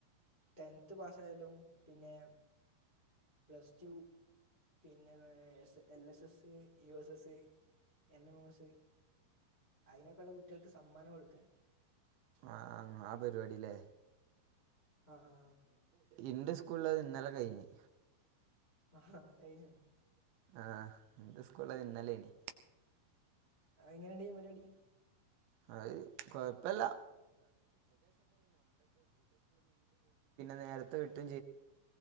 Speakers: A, on the left; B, on the right.
A: ടെൻത് പാസായോലും പിന്നെ പ്ലസ് ടു പിന്നെ വേ S L S S, U S S, N M M S അയിനൊക്കള്ളാ കുട്ടിയള്ക്ക് സമ്മാനം കൊട്ക്കാന്
B: ആഹ് ആഹ് പരിപാടിലേ
A: ആ ആ
B: ഇന്റെ സ് സ്കൂളിൽ ഇന്നലെ കഴിഞ്ഞു
A: ആഹാ കഴാഞ്ഞോ
B: ആന്റെസ്കൂളിൽ ഇനലായിരുന്നു
A: അത് ങ്ങനെണ്ടായി നി പരിപാടി
B: ന്നത് കുഴപ്പല്ല നേരത്തെ വിട്ടു